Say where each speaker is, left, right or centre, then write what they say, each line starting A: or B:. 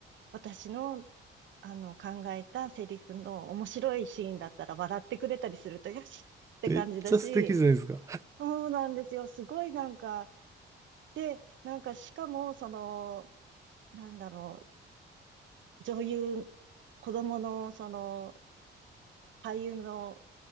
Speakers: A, on the right; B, on the right.
A: 私の、あの、考えたセリフの面白いシーンだったら笑ってくれたりすると、よしって感じだし、
B: めっちゃ素敵じゃないですか。
A: そうなんですよ。すごいなんか、で、なんかしかも、その、なんだろう、女優、子供の、その、俳優の